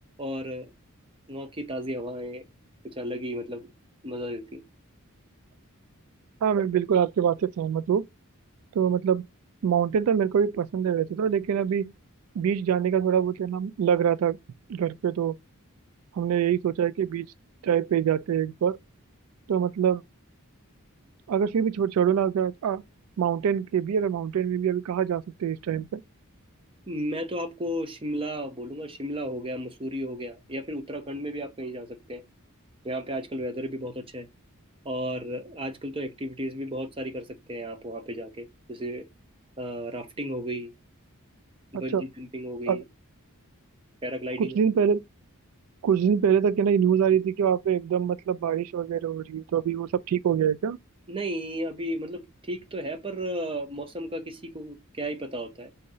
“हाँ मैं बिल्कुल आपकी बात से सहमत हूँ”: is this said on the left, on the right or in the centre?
Right